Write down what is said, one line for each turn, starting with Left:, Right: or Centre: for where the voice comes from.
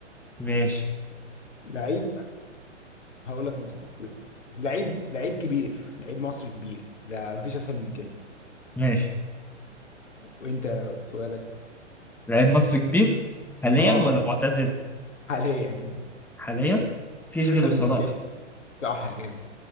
Centre: ماشي
Left: لعيب هقول لك مواصفات لعيب لعيب كبير لعيب مصري كبير ده مفيش اسهل من كده
Centre: ماشي
Left: وانت سؤالك
Centre: لاعب مصري كبير حاليا
Left: اه
Centre: ولا معتزل
Left: حاليا <laughs>
Centre: حاليا مفيش
Left: مفيش اسهل
Centre: غيره صلاح
Left: من كده صح كده